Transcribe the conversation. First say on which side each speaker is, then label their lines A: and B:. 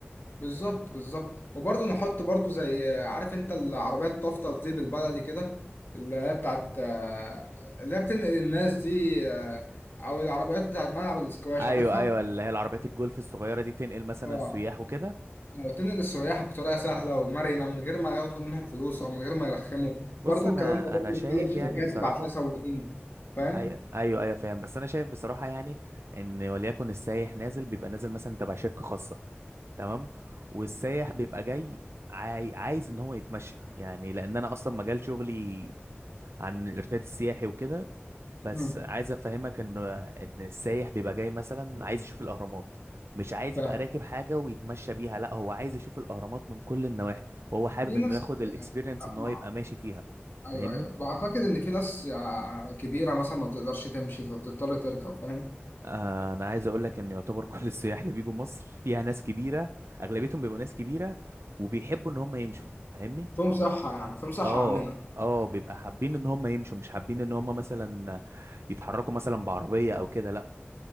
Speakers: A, on the left; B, on the right.
A: بالظبط بالظبط وبرضه نحط برضه زي عارف انت العربية الطفطف دي بالبلدي كده اللي هي بتاعت آه، اللي هي بتنقل الناس دي آه، او العربيات بتاعت ملعب الاسكواش
B: ايوه
A: عارفها؟
B: ايوه اللي هي العربيات الجولف الصغيره دي تنقل مثلا
A: اه
B: السياح وكده
A: آه، بتنقل السياح بطريقة سهلة ومرنة من غير ما ياخدوا منهم فلوس او من غير ما يرخموا
B: بص
A: برضه
B: انا
A: الكلام ده برضه
B: انا شايف
A: يتكلم شركات
B: يعني بصراحه
A: تبعت لها سواقين فاهم؟
B: ايوه ايوه ايوه فاهم بس انا شايف بصراحه يعني ان وليكن السايح نازل بيبقى نازل مثلا تبع شركه خاصه تمام والسايح بيبقى جاي عاي... عايز ان هو يتمشى يعني لان انا اصلا مجال شغلي عن الارشاد السياحي وكده بس
A: امم
B: عايز افهمك ان ان السايح بيبقى جاي مثلا عايز يشوف الاهرامات مش عايز
A: فاهم
B: يبقى راكب حاجه ويتمشى بيها لا هو عايز يشوف الاهرامات من كل النواحي وهو حابب
A: في
B: انه
A: ناس
B: ياخد الاكسبيرينس
A: آه، آه،
B: ان
A: مع-
B: هو يبقى ماشي فيها
A: ايوه
B: فاهمني
A: ايوه بعتقد ان في ناس آه، كبيرة مثلا ما بتقدرش تمشي فبتضطر تركب فاهم؟
B: آه، انا عايز اقول لك ان يعتبر <laughs> كل السياح اللي بيجوا مصر فيها ناس كبيره اغلبيتهم بيبقوا ناس كبيره وبيحبوا ان هم يمشوا فاهمني
A: في مصحة يعني في مصحة
B: اه
A: عننا
B: اه بيبقى حابين ان هم يمشوا مش حابين ان هم مثلا يتحركوا مثلا بعربيه او كده لا